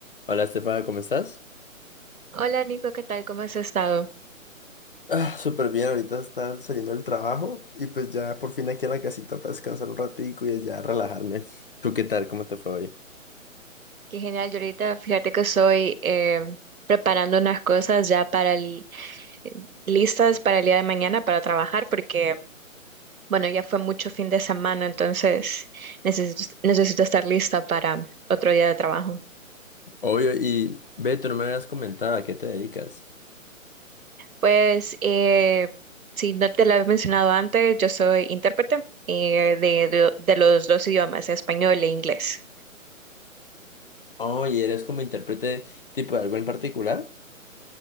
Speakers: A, on the left; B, on the right.
A: Hola, Estefana, ¿cómo estás?
B: Hola Nico, ¿qué tal? ¿Cómo has estado?
A: Ah, súper bien, ahorita está saliendo del trabajo y pues ya por fin aquí en la casita para descansar un ratico y ya relajarme. ¿Tú qué tal? ¿Cómo te fue hoy?
B: Qué genial, yo ahorita fíjate que estoy eh, preparando unas cosas ya para el, listas para el día de mañana para trabajar porque, bueno, ya fue mucho fin de semana, entonces necesito, necesito estar lista para otro día de trabajo.
A: Oye, y Beto, no me habías comentado a qué te dedicas.
B: Pues, eh, si no te lo había mencionado antes, yo soy intérprete eh, de, de de los dos idiomas, español e inglés.
A: Oye, ¿eres como intérprete tipo de algo en particular?